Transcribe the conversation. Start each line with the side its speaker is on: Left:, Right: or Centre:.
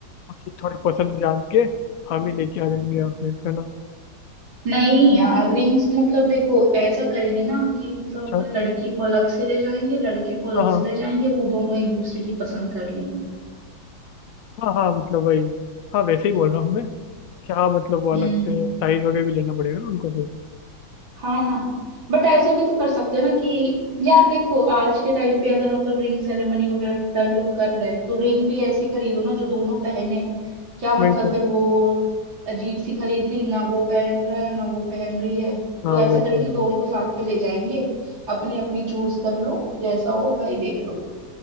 Left: उनकी थोड़ी पसंद जान के हम ही लेके आ जाएंगे या फिर है ना
Right: नहीं यार रिंग्स मतलब देखो ऐसा करेंगे ना कि मतलब
Left: अच्छा
Right: अपन लड़की को अलग से ले जाएंगे लड़के को अलग
Left: हाँ हाँ
Right: से ले जाएंगे वो दोनों एक दूसरे की पसंद कर लेंगे
Left: हाँ हाँ मतलब वही हाँ वैसे ही बोल रहा हूँ मैं क्या मतलब वो अलग
Right: हम्म
Left: से साइज वगैरह भी लेना पड़ेगा ना उनको फिर
Right: हाँ ना बट ऐसा भी तो कर सकते हैं ना कि यार देखो आज के टाइम पे अगर मतलब रिंग सेरेमनी वगैरह इतना लोग कर रहे हैं तो रिंग भी ऐसी खरीदो ना जो दोनों पहने क्या मतलब
Left: वही तो
Right: फिर वो अजीब सी खरीद ली ना वो पहन रहा है ना वो पहन रही है
Left: हाँ
Right: तो ऐसा
Left: वही
Right: करेंगे
Left: तो यार
Right: दोनों को साथ में ले जाएंगे अपनी अपनी चूज कर लो जैसा हो भाई देख लो